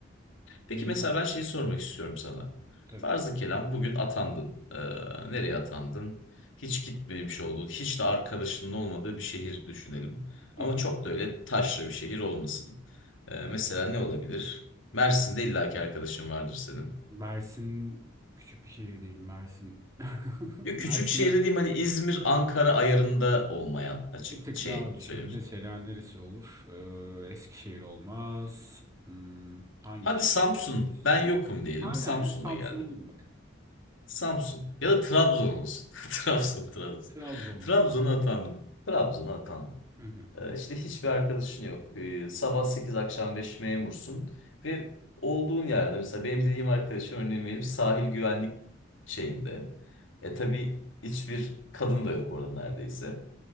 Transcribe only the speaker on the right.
Mecbur
bırak-
Tabii.
Hı hı.
Mersin küçük bir şehir değil. Mersin. <laughs>
Mersin'e
bir tık
daha düşür.
Mesela neresi olur? Ee, Eskişehir olmaz. Hmm, hangi
şehir
biliriz?
Aynen
ya Samsun
olur bak.
Trabzon
olur.
Hı hı.